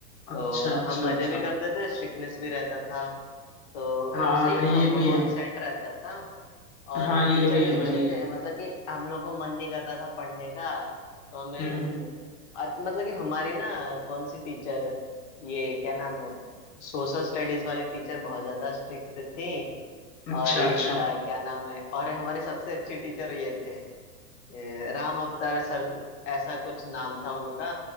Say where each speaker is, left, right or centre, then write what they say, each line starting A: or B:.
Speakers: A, on the left; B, on the left.
A: तो
B: अच्छा अच्छा
A: हम मजे
B: अच्छा
A: भी करते थे स्ट्रिक्टनेस भी रहता था तो
B: हाँ
A: सही
B: ये
A: था माहौल
B: भी है
A: सेट रहता था और
B: हाँ ये
A: टीचर
B: भी
A: भी
B: है
A: अच्छे
B: भाई
A: थे मतलब कि हम लोग को मन नहीं करता था पढ़ने का तो हमें
B: हम्म हम्म
A: अ- मतलब कि हमारी ना कौन सी टीचर ये क्या नाम है सोशल स्टडीज वाली टीचर बहुत ज्यादा स्ट्रिक्ट थी
B: अच्छा
A: और इनका
B: अच्छा
A: क्या नाम है और हमारे सबसे अच्छे टीचर ये थे ए, राम अवतार सर ऐसा कुछ नाम था उनका